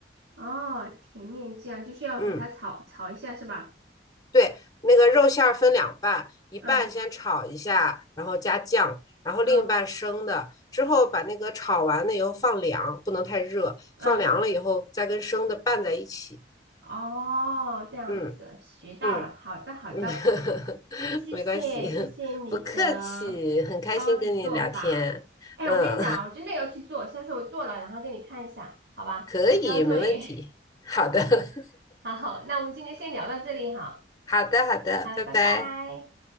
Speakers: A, on the right; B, on the left.
A: 哦，甜面酱就是要和它炒炒一下是吧？
B: 嗯，对，那个肉馅儿分两半，一半先炒一下，
A: 嗯
B: 然后加酱，然后另一半生的。
A: 嗯
B: 之后把那个炒完了以后放凉，不能太热，
A: 嗯，
B: 放凉了以后再跟生的拌在一起。
A: 哦，这样子学到了，
B: 嗯嗯。
A: 好的好的，
B: 嗯，<laughs>
A: 谢谢谢谢你的包子做法。
B: 没关系，<laughs> 不客气，很开心跟你聊天。
A: 哎，
B: 嗯，
A: 我跟你讲，我真的要去做，下次我做了然后给你看一下，好吧？
B: <laughs> 可以，
A: 我交作业。
B: 没问题。好的，<laughs>
A: <laughs> 好好，那我们今天先聊到这里哈，
B: 好的，好的，
A: 好，
B: 拜拜。
A: 拜拜。